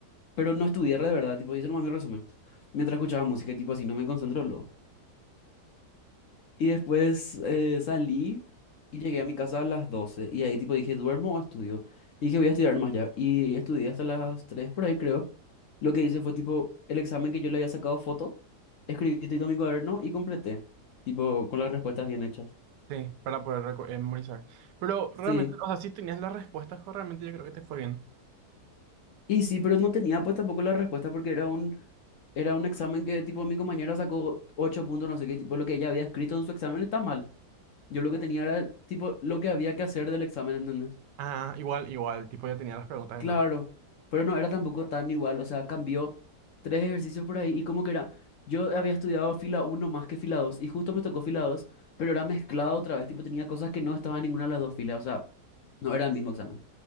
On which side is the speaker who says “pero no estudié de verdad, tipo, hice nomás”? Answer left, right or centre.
Left